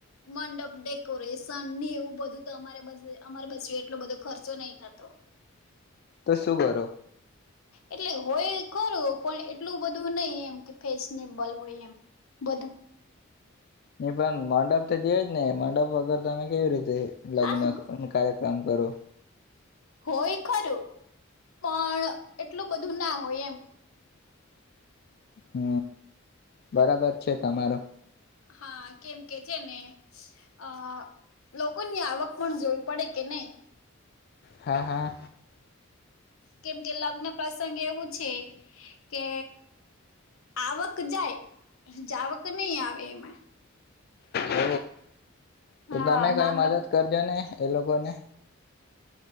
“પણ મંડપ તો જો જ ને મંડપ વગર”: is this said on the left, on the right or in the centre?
Left